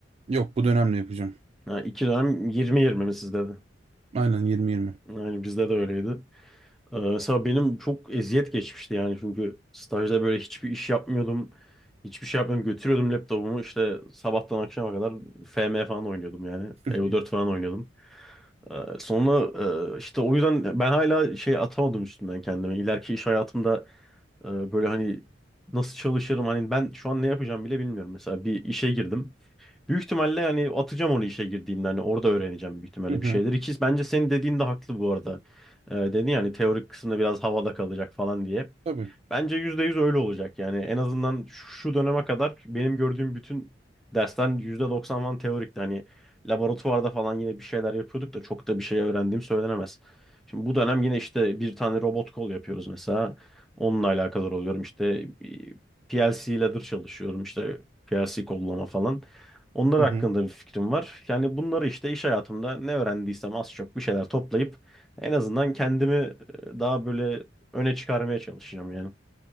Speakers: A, on the right; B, in the centre.
A: Yok bu dönemde yapacağım.
B: Ha, iki dönem 20-20 mi sizde de?
A: Aynen 20-20.
B: Yani bizde de öyleydi. E, mesela benim çok eziyet geçmişti yani çünkü stajda böyle hiçbir iş yapmıyordum. Hiçbir şey yapmıyordum. Götürüyordum laptopumu işte sabahtan akşama kadar FM falan oynuyordum yani.
A: <laughs>
B: EO4 falan oynuyordum. Ee, Sonra e, işte o yüzden ben hala şey atamadım üstümden kendimi İleriki iş hayatımda e, böyle hani nasıl çalışırım hani ben şu an ne yapacağım bile bilmiyorum. Mesela bir işe girdim. Büyük ihtimalle yani atacağım onu işe girdiğimde hani orada öğreneceğim büyük ihtimalle
A: Hı hı.
B: bir şeyler. İki, bence senin dediğin de haklı bu arada. Ee, dedin yani teorik kısımda biraz havada kalacak falan diye.
A: Tabii.
B: Bence %100 öyle olacak. Yani en azından şu döneme kadar benim gördüğüm bütün derslerin doksan falan teorikti. Hani laboratuvarda falan yine bir şeyler yapıyorduk da çok da bir şey öğrendiğim söylenemez. Şimdi bu dönem yine işte bir tane robot kol yapıyoruz mesela. Onunla alakadar oluyorum. İşte PLC ladder çalışıyorum. İşte PLC kollama falan. Onlar
A: Hı
B: hakkında
A: hı.
B: bir fikrim var. Yani bunları işte iş hayatımda ne öğrendiysem az çok bir şeyler toplayıp en azından kendimi e, daha böyle öne çıkarmaya çalışacağım yani.